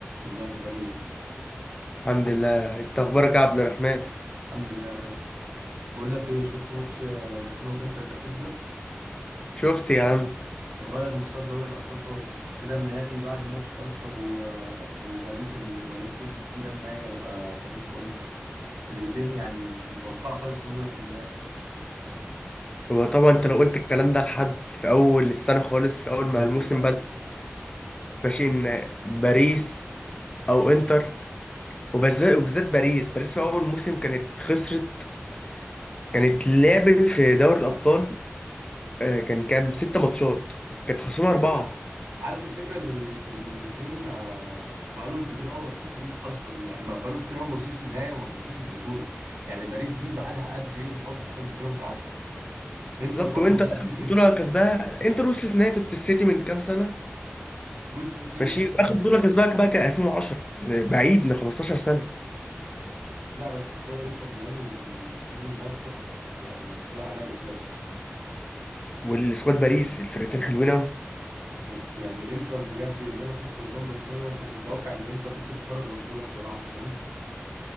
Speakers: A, on the right (about 80°); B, on the left (about 20°).
A: ازيك يا كريم
B: الحمد لله انت اخبارك يا عبد الرحمن
A: الحمد لله يا باشا بقول لك ايه شفت ماتش آه، برشلونة وانتر الاخير ده
B: شفت يا عم
A: غير مسار دوري الابطال خالص كده النهائي بعد ماتش ارسنال و... آه، وباريس اللي باريس كسبت فيه ده النهائي هيبقى باريس وانتر فرقتين يعني مش متوقعة خالص انهم يبقوا في النهائي
B: هو طبعا انت لو قلت الكلام ده لحد في اول السنه خالص في اول ما
A: مش
B: الموسم
A: هيصدق
B: بدأ ماشي ان باريس او انتر وبالذات وبالذات باريس باريس في اول موسم كانت خسرت كانت لعبت في دوري الابطال آه، كان كام ست ماتشات كانت خسرانه
A: الفكرة
B: اربعه
A: عارف الفكرة اللي ان الاتنين آه، بقالهم كتير قوي ما كسبوش اصلا يعني ما- بقالهم كتير قوي ما وصلوش النهائي وما كسبوش البطولة يعني باريس دي بقالها قد ايه بتحاول تكسب بطولة مش عارفة انتر
B: بالظبط
A: برضو
B: وانتر
A: بقالها
B: اخر
A: كتير
B: بطوله
A: جدا
B: كسبها انتر وصلت نهائي السيتي من كام سنه
A: وصل اتنين
B: ماشي
A: نهائي باين.
B: واخر بطوله كسبها بقى كان 2010 بعيد من 15 سنه
A: لا بس سكواد انتر ميلان السيزون ده تحفه يعني سكواد عالمي بجد
B: والسكواد باريس الفرقتين حلوين أوي
A: بس يعني انتر بجد اللي انا شفته قدام برشلونه ده ما كنتش متوقع ان انتر ممكن تخرج برشلونه بصراحه فاهم